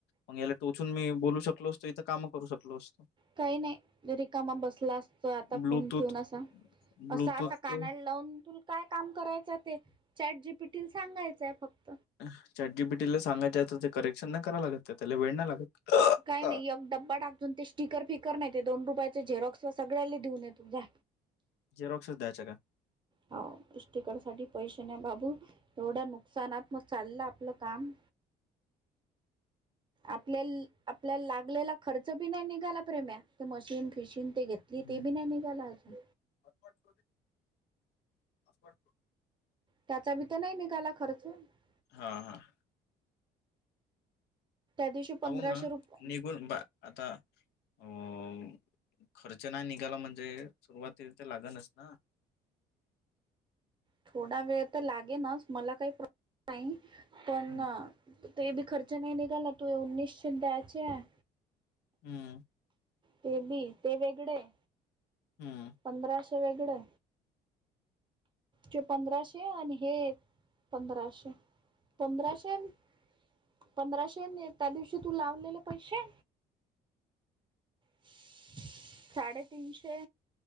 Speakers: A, on the left; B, on the right.
A: मंग याला टू मी बोलू शकलो असतो तर, इथ काम करू शकलो असतो.
B: काही नाही जर रिकामा बसला असत आता
A: ब्लूटूथ
B: फोन ठेवून असा
A: ब्लूटूथ
B: अस असा कानाला लावून तुला काय काम करायचं ते चॅट जी पी टी ला सांगायचंय फक
A: अ चॅट जी पी टी ला सांगायच्या तर ते करेक्शन ना कराव लागत ते त्याला वेळ नाही लागत
B: काही
A: का
B: नाही ह्यो डब्बा टाकून ते स्टिकर, फिकर नाहीे ते दोन रुपयाचे झेरॉक्स सगळ्याला देऊन ये तू जा
A: जेरॉक्सच द्यायचा काय
B: हाव स्टिकरसाठी पैसे नाई बाबू एवढ्या नुकसानातन चाललंय आपलं काम आपल्याल आपल्याला लागलेला खर्च बी नाही निघाला प्रेम्या ते मशीन फिशीनं ते घेत
A: हम्म.
B: ते बी नाही निघालं अजून
A: <unintelligible>
B: त्याचा बी तर नाही निघाला खर्च त्या
A: हा, हा
B: दिवशी पंधराशे
A: पाहू ना
B: रुप
A: निघून आता अं खर्च नाही निघाला म्हणजे सुरुवातीला ते लागलचं ना
B: थोडा वेळ तर लागेनच मला काही प्रॉब्लेम नाही पण
A: हम्म
B: अ ते बी खर्च नाही निघाला त अ उनीसशे द्यायचे आहे
A: हम्म
B: ते बी ते वेगळे आहे
A: हम्म
B: पंधराशे वेगळे ते पंधराशे आणि हे पंधराशे, पंधराशे आणि पंधराशे आणि त्या दिवशी तू लावलेले पैशे साडे तीनशे